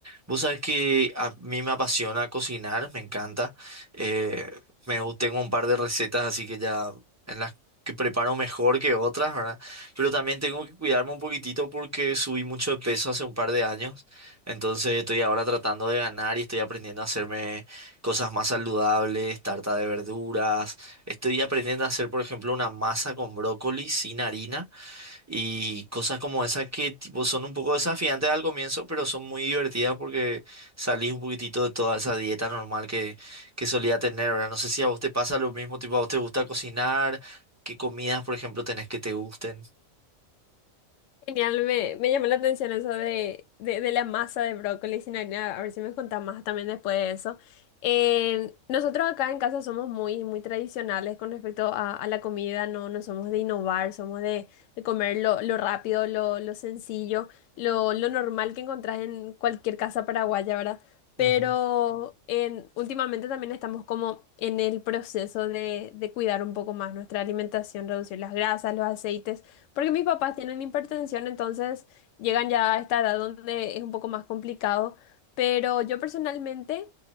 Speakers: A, on the right (about 15°); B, on the left (about 70°).
A: Vos sabés que a mí me apasiona cocinar, me encanta. Eh, me, gu- tengo un par de recetas así que ya en las que preparo mejor que otras, ¿verdad? Pero también tengo que cuidarme un poquitito porque subí mucho de peso hace un par de años. Entonces estoy ahora tratando de ganar y estoy aprendiendo a hacerme cosas más saludables, tarta de verduras. Estoy aprendiendo a hacer, por ejemplo, una masa con brócoli sin harina y cosas como esas que tipo son un poco desafiantes al comienzo, pero son muy divertidas porque salís un poquitito de toda esa dieta normal que, que solía tener. Ahora, no sé si a vos te pasa lo mismo, tipo a vos te gusta cocinar, qué comidas, por ejemplo, tenés que te gusten.
B: Genial, me, me llamó la atención eso de, de, de la masa de brócoli sin harina. A ver si me contás más también después de eso. Eh, nosotros acá en casa somos muy, muy tradicionales con respecto a, a la comida, no, no somos de innovar, somos de, de comer lo, lo rápido, lo, lo sencillo, lo, lo normal que encontrás en cualquier casa paraguaya, ¿verdad? Pero
A: Ujú.
B: en- últimamente también estamos como en el proceso de, de cuidar un poco más nuestra alimentación, reducir las grasas, los aceites porque mis papás tienen hipertensión, entonces llegan ya a esta edad donde es un poco más complicado, pero yo personalmente